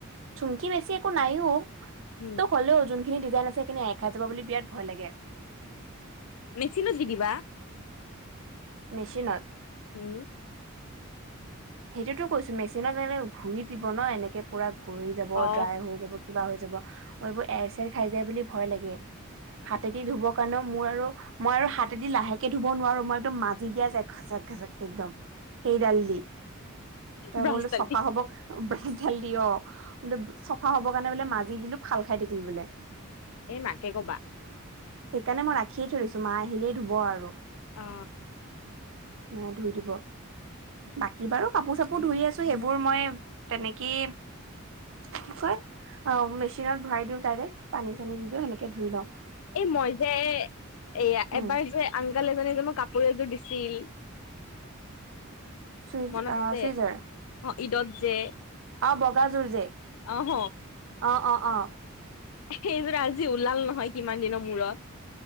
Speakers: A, on the right (about 65°); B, on the left (about 75°).
A: চুমকি বেছি একো নাইও
B: উম
A: তো হ'লেও যোন খিনি দিজাইন আছে সেইখিনি এৰাই খাই যাব বুলি বিৰাট ভয় লাগে।
B: মেচিনত দি দিবা।
A: মেচিনত?
B: উ।
A: সেইটোতো কৈছো মেকচিনত মানে ঘূৰি দিব ন এনেকে পুৰা ঘূৰি যাব
B: অ
A: ড্ৰাই হৈ যাব। কিবা হৈ যাব এইবোৰ এৰ চেৰ খাই যায় বুলি ভয় লাগে। হাতেদি ধুব কাৰণেও মোৰ আৰু মই আৰু হাতেদি লাহেকে ধুব নোৱাৰো মই একদম মাজি দিয়া যাই ঘচক ঘচকে একদম সেই দাল দি তাৰ
B: ব্ৰাছডাল
A: বোলো চফা
B: দি
A: হ'ব। ব্ৰাচডাল দি অ বোলো চফা হব কাৰণে বোলে মাজি দিলো ফাল খাই থাকিল বোলে।
B: এ মাকে ক'বা।
A: সেইকাৰণে মই ৰাখিয়ে থৈ দিছো মা আহিলেই ধুব আৰু।
B: অ।
A: মাই ধুই দিব। বাকী বাৰু কাপোৰ চাপোৰ ধুই আছো সেইবোৰ মই তেনেকে কি কয় অ মেচিনত ভৰাই দিও তাৰে পানী চানী দি দিও সেনেকে ধুই লও।
B: এই মই যে এ
A: উম
B: এবাৰ যে আংকল এজনে যে মোক কাপোৰ এযোৰ দিছিল।
A: চুইজ
B: মনত
A: অ
B: আছে
A: চুইজাৰ
B: অ ঈদত যে।
A: অ বগাযোৰ যে,
B: অহ
A: অ অ অ।
B: সেইযোৰ আজি ওলাল নহয় কিমান দিনৰ মূৰত।